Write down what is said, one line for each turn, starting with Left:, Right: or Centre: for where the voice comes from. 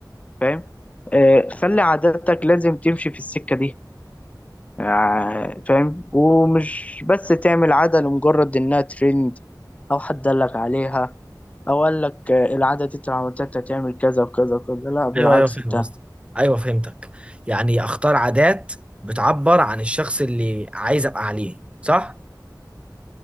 Left: فاهم آه خلي عاداتك لازم تمشي في السكة دي آه فاهم ومش بس تعمل عادة لمجرد انها ترند او حد قالك عليها او قالك آه، العادة دي انت لو عملتها انت هتعمل كذا وكذا وكذا لا بالعكس
Right: ايوه ايوه فاهم
Left: انت
Right: قصدي ايوه فهمتك يعني اختار عادات بتعبر عن الشخص اللي عايز ابقى عليه صح